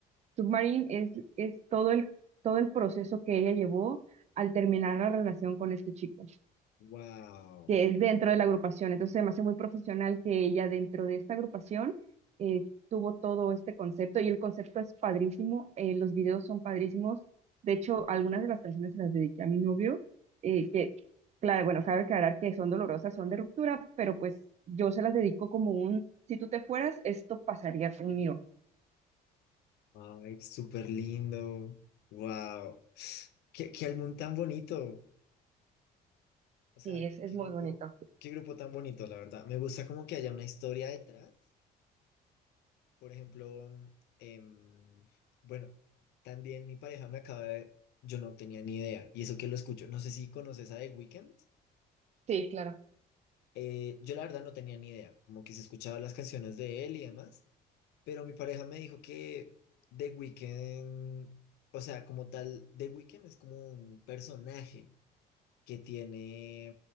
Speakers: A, on the right; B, on the left.
A: Submarine es, es todo el, todo el proceso que ella llevó al terminar la relación con este chico,
B: Wow.
A: que es dentro de la agrupación. Entonces, se me hace muy profesional que ella dentro de esta agrupación eh, tuvo todo este concepto y el concepto es padrísimo, eh, los videos son padrísimos. De hecho, algunas de las canciones se las dediqué a mi novio, eh, que, claro, bueno, cabe aclarar que son dolorosas, son de ruptura, pero pues yo se las dedico como un, si tú te fueras, esto pasaría conmigo.
B: Ay, súper lindo. Wow. Qué, qué álbum tan bonito. O sea,
A: Sí, es,
B: qué,
A: es
B: qué
A: muy
B: grupo,
A: bonito.
B: qué grupo tan bonito, la verdad. Me gusta como que haya una historia detrás Por ejemplo, mm, em, bueno, también mi pareja me acaba de... Yo no tenía ni idea, y eso que lo escucho, no sé si conoces a The Weeknd.
A: Sí, claro.
B: Eh, yo la verdad no tenía ni idea, como que se escuchaba las canciones de él y demás, pero mi pareja me dijo que The Weeknd, o sea, como tal, The Weeknd es como un personaje que tiene